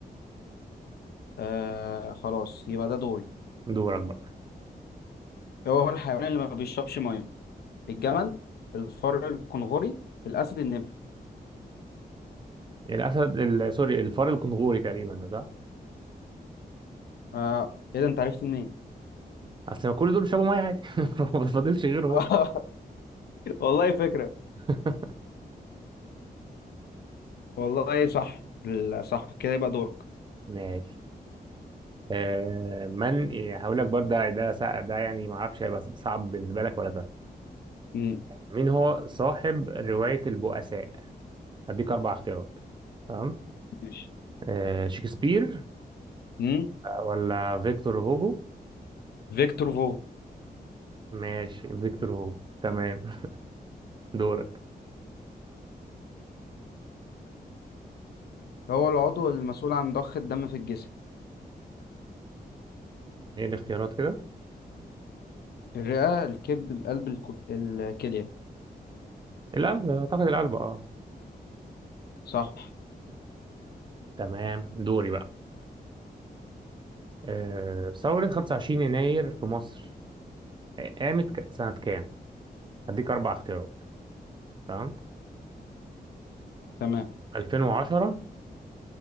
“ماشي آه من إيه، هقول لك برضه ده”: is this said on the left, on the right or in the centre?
Right